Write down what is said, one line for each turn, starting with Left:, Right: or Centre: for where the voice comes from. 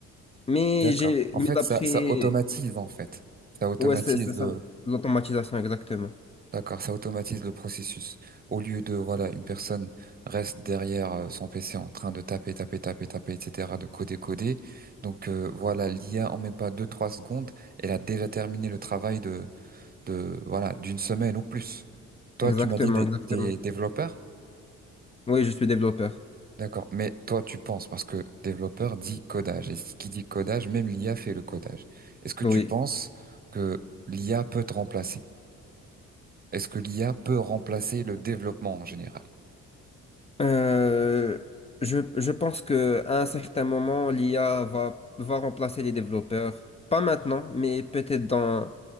Left: Mais
Right: d'accord.
Left: j'ai,
Right: En
Left: mais
Right: fait,
Left: d'après,
Right: ça, ça automatise, en fait. Ça automatise
Left: ouais, c'est c'est ça,
Right: euh,
Left: l'automatisation, exactement,
Right: D'accord, ça automatise le processus. Au lieu de, voilà, une personne reste derrière euh, son PC en train de taper, taper, taper, taper, etc., de coder, coder. Donc euh, voilà, l'IA en met pas deux, trois secondes, elle a déjà terminé le travail de, de voilà, d'une semaine ou plus. Toi,
Left: exactement,
Right: tu m'as dit des,
Left: exactement.
Right: des développeurs?
Left: Oui, je suis développeur.
Right: D'accord, mais toi, tu penses, parce que développeur dit codage, et ce qui dit codage, même l'IA fait le codage. Est-ce que
Left: Oui.
Right: tu penses que l'IA peut te remplacer? Est-ce que l'IA peut remplacer le développement en général?
Left: Euh, je, je pense que à un certain moment, l'IA va, va remplacer les développeurs. Pas maintenant, mais peut-être dans,